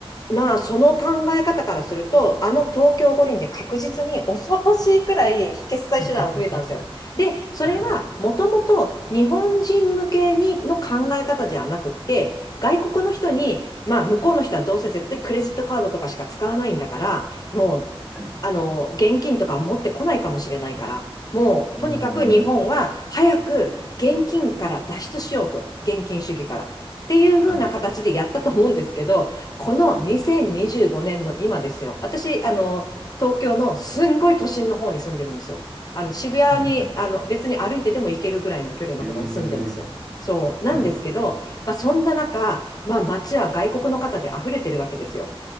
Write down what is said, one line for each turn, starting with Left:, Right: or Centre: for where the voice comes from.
Left: まあ、その考え方からすると、あの東京五輪で確実に恐ろしいくらい決済手段が増えたんですよ。
Centre: <laughs>
Left: で、それはもともと日本人向けにの考え方じゃなくって、
Centre: はい。
Left: 外国の人に、まあ、向こうの人はどうせ絶対クレジットカードとかしか使わないんだから、もう
Centre: はい。う
Left: あの、現金とか持ってこないかもしれないから、もう、
Centre: ーん。
Left: とにかく日本は早く現金から脱出しようと。現金主義から。っていう風な形でやったと思うんですけど、
Centre: はい。
Left: この2025年の今ですよ。
Centre: うんうん。
Left: 私、あの、東京のすんごい都心の方に住んでるんですよ。あの、渋谷に、
Centre: はい、はい。
Left: あの、別に歩いてでも行けるぐらいの距離のところに住んでるんです。
Centre: えー。
Left: そう、
Centre: はい。
Left: なんですけど、まあ、そんな中、まあ、街は外国の方で溢れてるわけですよ。